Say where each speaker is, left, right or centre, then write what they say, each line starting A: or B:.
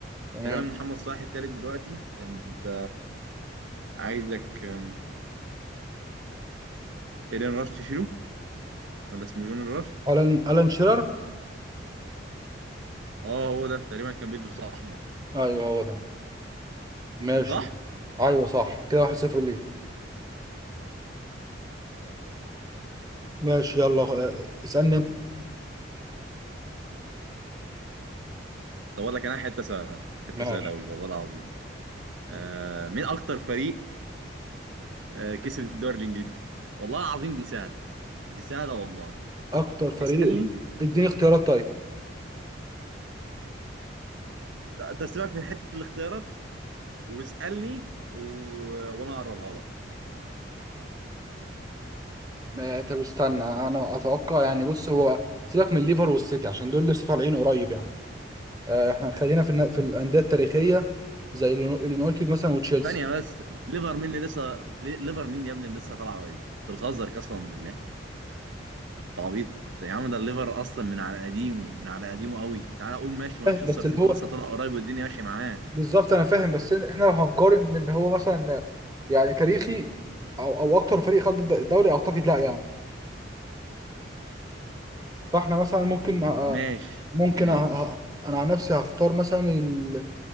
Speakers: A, on the right (about 20°); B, on the right (about 75°).
A: تمام
B: تقريبا محمد صلاح التالت دلوقتي فانت عايزك أم، ايدن راش تشيله ولا اسمه جون راش
A: الان الان شيرر
B: اه هو ده تقريبا كان بيلبس احمر
A: ايوه هو ده ماشي
B: صح
A: كده ايوه صح كده واحد صفر ليه ماشي يلا آه، اسالني انت.
B: طب اقول لك انا حته سهله حته
A: ماشي
B: سهله قوي والله العظيم آه مين اكتر فريق آه كسب الدوري الانجليزي والله العظيم دي سهله دي سهله والله
A: اكتر فريق
B: اسالني
A: اديني اختيارات طيب
B: ت- تسيبك في حته الاختيارات واسالني و... وانا اقربها لك
A: ما طب استنى انا اتوقع يعني بص هو سيبك من الليفر والسيتي عشان دول لسه طالعين قريب يعني آه، احنا خلينا في النا- في الانديه التاريخيه زي اليونايتد مثلا وتشيلسي
B: ثانيه بس ليفر مين اللي لسه لي- ليفر مين يا ابني اللي لسه طالعه قريب انت بتهزر قسما بالله تعويض يا عم ده الليفر اصلا من على قديمه من على قديمه قوي تعال اقول ماشي مانشستر
A: فاهم بس
B: سيتي
A: اللي هو
B: لسه طلع قريب والدنيا ماشيه معاه
A: بالظبط انا فاهم بس إن احنا لو هنقارن ان هو مثلا يعني تاريخي او او اكتر فريق خد الد- الدوري اعتقد لا يعني فاحنا مثلا ممكن أ-
B: ماشي
A: أ- ممكن
B: ماشي
A: أ- أ- انا عن نفسي هختار مثلا ال-